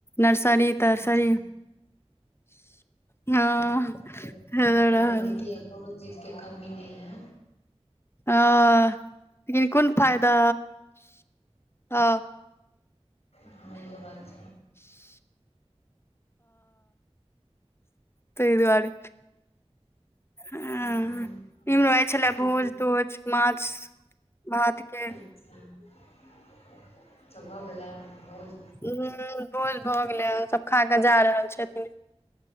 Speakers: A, on the left (about 20°); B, on the left (about 80°).
A: नर्सरी तर्सरी
B: अच्छा
A: हँ <unintelligible>
B: तब तब
A: रहल।
B: तऽ नीके यए कोनो चीज के कमी नै यै।
A: हॅं लेकिन कोन फायदा अ
B: हँ ये ओ बात छै।
A: तै दुआरे। हॅं
B: हूँ
A: इम्हरो आइ छलै
B: ठीके
A: भोज तोज माछ भात के।
B: <unintelligible> तऽ भऽ गेलै भोज?
A: हूं भोज भऽ गेलै हन सब खा क जा रहल छथिन।